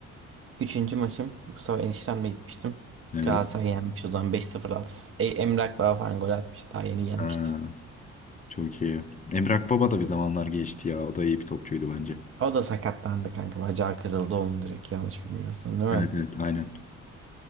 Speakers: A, on the right (about 45°); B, on the left (about 25°).
A: Üçüncü maçım. Bu sefer eniştemle gitmiştim.
B: Evet.
A: Galatasaray yenmiş o zaman beş sıfır altı. 0 E, Emrah Baba falan gol atmış. Daha yeni gelmişti.
B: Ha, çok iyi. Emre Akbaba da bir zamanlar geçti ya. O da iyi bir topçuydu bence.
A: O da sakatlandı kanka. Bacağı kırıldı onun direkt yanlış bilmiyorsun değil
B: Evet
A: mi?
B: evet aynen.